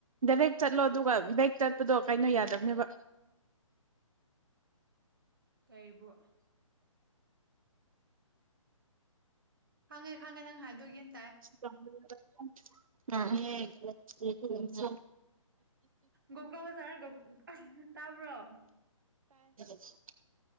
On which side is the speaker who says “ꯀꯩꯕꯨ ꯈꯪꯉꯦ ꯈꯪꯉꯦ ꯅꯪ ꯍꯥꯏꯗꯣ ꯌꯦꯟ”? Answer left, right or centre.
Right